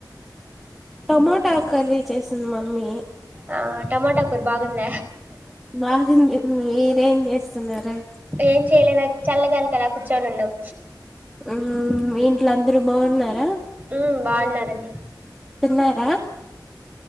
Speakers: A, in the centre; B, on the right (about 25°).
A: టొమోటో కర్రీ చేస్ మమ్మీ
B: ఆ టమోటా కూర్ బాగుంద
A: బాగుంది మీరేం చేస్తున్నారు
B: ఏం చేయలేదండి చల్లగాలికి అలా కూర్చొని ఉన్నం
A: మ్మ్ మీఇంట్లో అందరూ బాన్నారా
B: ఉమ్ బాగున్నారండి
A: తిన్నారా